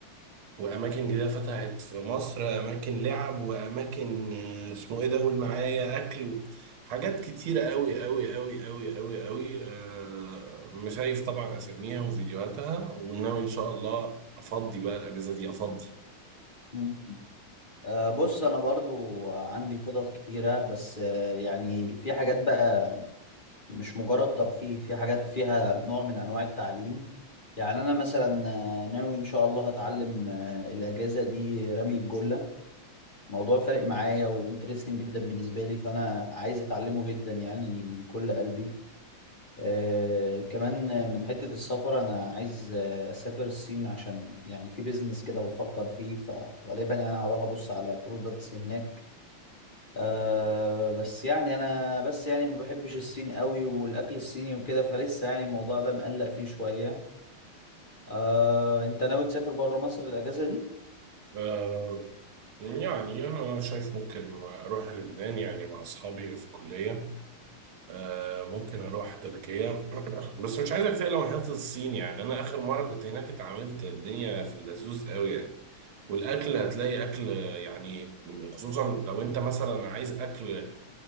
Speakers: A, on the right; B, on the left.
A: وأماكن جديدة فتحت في مصر أماكن لعب وأماكن آه، اسمه إيه ده قول معايا أكل حاجات كتيرة أوي أوي أوي أوي أوي أوي آه، مشايف طبعا أساميها وفيديوهاتها وناوي إن شاء الله أفضي بقى الأجازة دي أفضي
B: مم. أه بص انا برضو عندي خطط كتيره بس أه يعني في حاجات بقى مش مجرد ترفيه في حاجات فيها نوع من انواع التعليم يعني انا مثلا آه، ناوي ان شاء الله هتعلم آه، الاجازه دي رمي الجله موضوع فارق معايا وانترستنج جدا بالنسبه لي فانا عايز اتعلمه جدا يعني من كل قلبي آه كمان من حتة السفر أنا عايز آه، أسافر الصين عشان يعني في بيزنس كده بفكر فيه فغالبا يعني هروح أبص على برودكتس هناك آه بس يعني أنا بس يعني ما بحبش الصين قوي والأكل الصيني وكده فلسه يعني الموضوع ده مقلق فيه شوية آه أنت ناوي تسافر برا مصر الأجازة دي؟
A: آه، يعني أنا شايف ممكن أروح لبنان يعني مع أصحابي في الكلية آه، ممكن أروح تركيا <coughs> <clears throat> بس مش عايزك تقلق من حتة الصين يعني أنا آخر مرة كنت هناك اتعاملت الدنيا في اللذوذ أوي يعني والاكل هتلاقي اكل يعني خصوصا لو انت مثلا عايز اكل